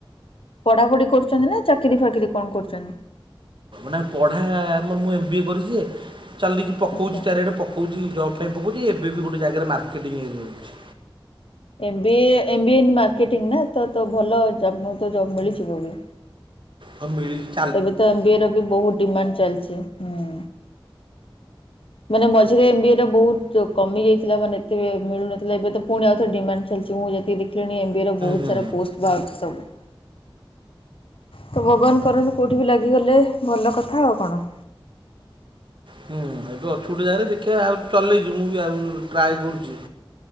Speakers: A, on the left; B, on the right.
A: ପଢାପଢି କରୁଚନ୍ତି ନା ଚାକିରି ଫାକିରି କଣ କରୁଚନ୍ତି?
B: ନା ପଢା ମୁଁ ମୋ ଏମ୍ ବିଏ କରିଚିଏ ଚାଲିଚି ପକଉଚି
A: ଆଚ୍ଛା।
B: ଚାରିଆଡେ ପ ପକଉଚି ଜବ ପାଇଁ ପକଉଚି ଏବେ ବି ଗୋଟେ ଜାଗାରେ ମାର୍କେଟିଂ ଏରିଅର ଅଛି।
A: M B A, M B A marketing ନା ତ ତ ଭଲ ଜବ <unintelligible> ମିଳିଯିବ ବି।
B: ହ ମିଳିଯି
A: ଏବେ ତ ଏମବିଏ ର ବି ବହୁତ ଡିମାଣ୍ଡ ଚାଲିଚି ହୁଁ। ମାନେ ମଝିରେ ଏମବିଏ ର ବହୁତ କମି ଯାଇଥିଲା ମାନେ ଏତେ ବି ମିଳୁନଥିଲା ଏବେ ତ ପୁଣି ଆଉ ଥରେ ଡିମାଣ୍ଡ ଚାଲିଛି ମୁଁ ଯେତିକି ଦେଖିଲିଣି ଏମବିଏ ର ବହୁତ
B: ହୁଁ ହୁଁ
A: ସାରା ପୋଷ୍ଟ ବାହାରୁଚି ସବୁ। ତ ଭଗବାନ କରନ୍ତୁ କେଉଠି ବି ଲାଗିଗଲେ ଭଲ କଥା ଆଉ କଣ।
B: ହୁଁ ଏବେ ଅଛୁ ଗୋଟେ ଯାଗାରେ ଦେଖିଆ ଆଉ ଚଲେଇଚି ମୁଁ ବି ଆଉ ଟ୍ରାଏ କରୁଚି।